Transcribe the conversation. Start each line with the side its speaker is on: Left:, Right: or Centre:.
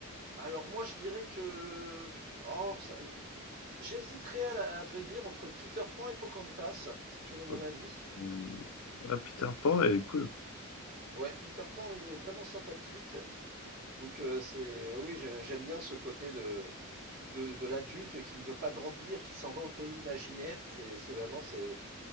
Right: Alors moi je dirais que oh, ça- J'hésiterais à, la- à vrai dire entre Peter Pan et Pocahontas, si tu veux mon
Left: Ouais,
Right: avis.
Left: Hum, ouais, Peter Pan, elle est cool.
Right: Ouais, Peter Pan il est vraiment sympathique. Donc euh, c'est oui, oui, j'ai- j'aime bien ce côté de de, de l'adulte qui ne veut pas grandir, qui s'en va au pays imaginaire. C'est c'est vraiment c'est